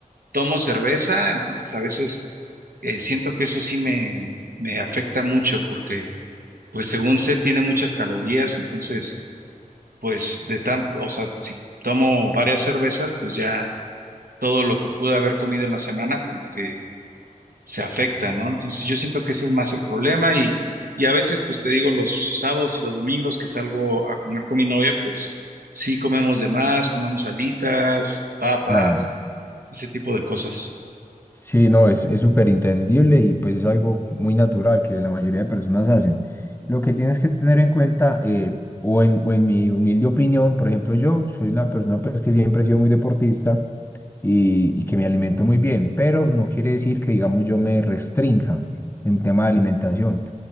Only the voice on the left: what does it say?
Claro.
Sí, no, es, es súper entendible y pues es algo muy natural que la mayoría de personas hacen. Lo que tienes que tener en cuenta, eh, o en, o en mi humilde opinión, por ejemplo, yo soy una persona pues, que siempre he sido muy deportista y, y que me alimento muy bien, pero no quiere decir que, digamos, yo me restrinja en tema de alimentación.